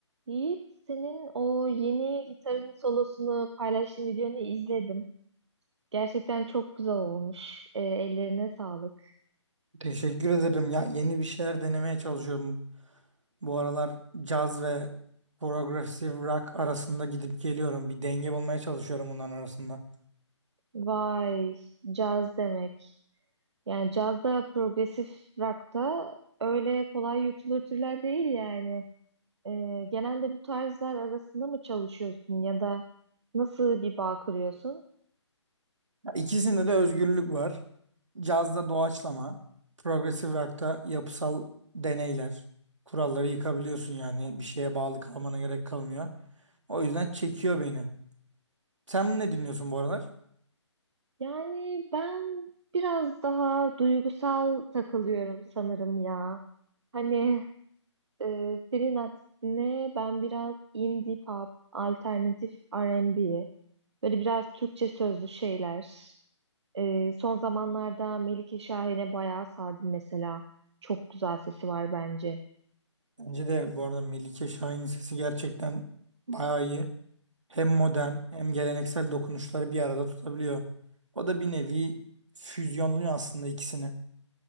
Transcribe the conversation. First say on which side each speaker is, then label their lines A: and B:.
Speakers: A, on the right; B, on the right.
A: Yiğit, senin o yeni gitarın solosunu paylaştığın videonu izledim. Gerçekten çok güzel olmuş. Ee, ellerine sağlık.
B: Teşekkür ederim. Ya yeni bir şeyler denemeye çalışıyorum. Bu aralar caz ve progressive rock arasında gidip geliyorum. Bir denge bulmaya çalışıyorum bunların arasında.
A: Vay, caz demek. Yani cazda progresif rock'ta öyle kolay yutulur türler değil yani. Ee, genelde bu tarzlar arasında mı çalışıyorsun ya da nasıl bir bağ kuruyorsun?
B: Ya İkisinde de özgürlük var. Cazda doğaçlama, progressive rock'ta yapısal deneyler. Kuralları yıkabiliyorsun yani bir şeye bağlı kalmana gerek kalmıyor. O yüzden çekiyor beni. Sen ne dinliyorsun bu aralar?
A: Yani ben biraz daha duygusal takılıyorum sanırım ya. Hani Ee, senin aksine ben biraz indie pop, alternatif R&B, böyle biraz Türkçe sözlü şeyler. Ee, son zamanlarda Melike Şahin'e bayağı sardım mesela. Çok güzel sesi var bence.
B: Bence de bu arada Melike Şahin'in sesi gerçekten bayağı iyi. hem modern hem geleneksel dokunuşları bir arada tutabiliyor. O da bir nevi füzyonluyor aslında ikisini.